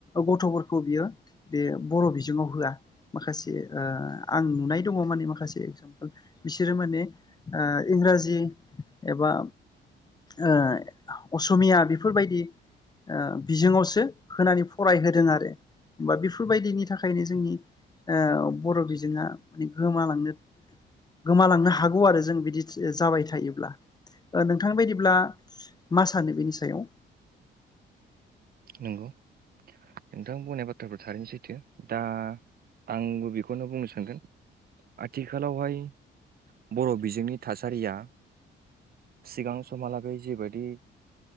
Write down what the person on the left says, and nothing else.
गथ'फोरखौ बियो बे बर' बिजोङाव होआ माखासे ओ आं नुनाय दङ माने माखासे एगजामपोल। बिसोरो माने ओ इंराजि एबा ओ अस'मिया बिफोरबायदि ओ बिजोङावसो होनानै फरायहोदों आरो बा बिफोरबायदिनि थाखायनो जोंनि ओ बर' बिजोङा गोमालांनो गोमालांनो हागौ आरो जों बिदि जाबाय थायोब्ला ओ नोंथां बायदिब्ला मा सानो बेनि सायाव?